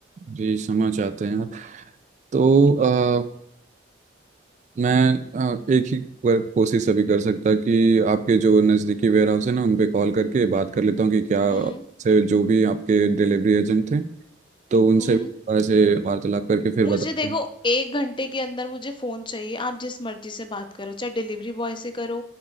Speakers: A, on the right (about 40°); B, on the left (about 25°).
A: जी क्षमा चाहते हैं आप तो मैं अ, एक ही बार कोशिश अभी कर सकता कि आपके जो नज़दीकी वेयर हाउस है ना उन पे कॉल करके बात कर लेता हूँ कि क्या
B: हम्म
A: से जो भी आपके डिलीवरी एजेंट थे तो उनसे
B: हम्म
A: भी थोड़ा से वार्तालाप करके फिर
B: मुझे
A: बताता
B: देखो
A: हूँ
B: एक घंटे के अंदर मुझे फोन चाहिए आप जिस मर्जी से बात करो चाहे डिलीवरी बॉय से करो